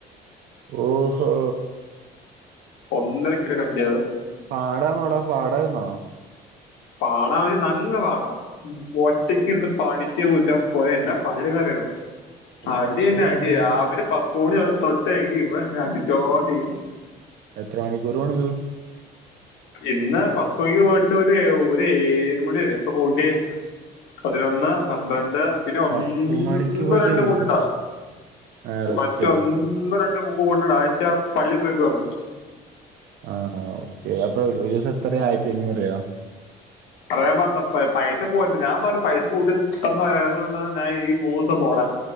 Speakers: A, on the right (about 65°); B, on the left (about 85°).
A: ഓഹോ
B: ഒന്നരക്കിലേക്കഞ്ചാവ്
A: പാടാ മോടാ പാടഹ് ന്നോ
B: പാടാ <unintelligible> നല്ല പാടാ ഒറ്റക്ക് ഇര്ന്ന് പണിച്ച് ൻ്റെ പോന്നെ എന്നാ പണിട്ക്കണംന്നറിയോ
A: എത്ര
B: അടി
A: മണിക്കൂർ
B: തന്നെ
A: പണിതു
B: അടി രാവിലെ പത്ത് മണി തൊട്ട എങ്കി ഇവിടന്ന് അടിച്ചോണ്ടിരിക്കണം.
A: എത്ര മണിക്കൂറ് വേണതു
B: ഇന്ന് പത്തുമണിക്ക് പോയിട്ട് ഒര് ഒരേഴ് മണി വരെ അപ്പൊ കൂട്ട് പതിനൊന്ന്, പന്ത്രണ്ട് പിന്നെ ഒന്നും
A: പത്ത് മണിക്ക് പോയിട്ട്
B: രണ്ടും
A: ഏഴു
B: കൂട്ടണ്ടാ.
A: ആ റെസ്റ്റ്
B: മറ്റൊ ന്ന് ന്നു രണ്ടും കൂട്ടണ <unintelligible> പള്ളി പോയിക്ക പർഞു.
A: ആഹ് ഓർക്കെ അപ്പൊ ഒരു ഒരൂസം എത്രയാ ആയിരത്തി അഞ്ഞൂറ്യോ
B: പറയാൻ പാടില്ല പ പൈസ പോര്ണില്ല ഞാൻ പറഞ്ഞു പൈസ കൂട്ടി <unintelligible>